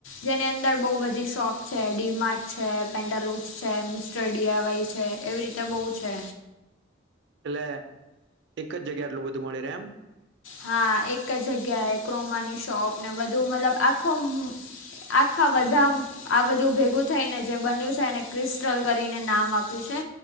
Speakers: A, on the left (about 75°); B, on the right (about 60°).
A: જેની અંદર બહુ બધી શોપ છે ડીમાર્ટ છે, પેન્ડલુસ છે, મ સ્ટર ડી આઇ વાય છે એવી રીતે બહુ છે.
B: એટલે એક જ જગ્યા એટલું બધું મળી રહે એમ.
A: હા એક જ જગ્યાએ ક્રોમાની શોપ ને બધું મતલબ આખો આખા બધા આ બધું ભેગું થઈને જે બન્યું છે એને ક્રિસ્ટલ કરીને નામ આપ્યું છે.